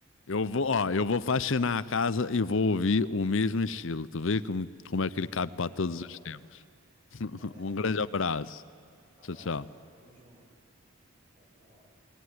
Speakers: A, on the left (about 60°); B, on the right (about 25°).
A: Eu vou, ó, eu vou faxinar a casa e vou ouvir o mesmo estilo. Tu vê como, como é que ele cabe para
B: Pô,
A: todos os tempos. <laughs>
B: é verdade,
A: Um grande
B: cara.
A: abraço.
B: Abraço,
A: Tchau, tchau.
B: cara. Tamo junto. Tchau, tchau.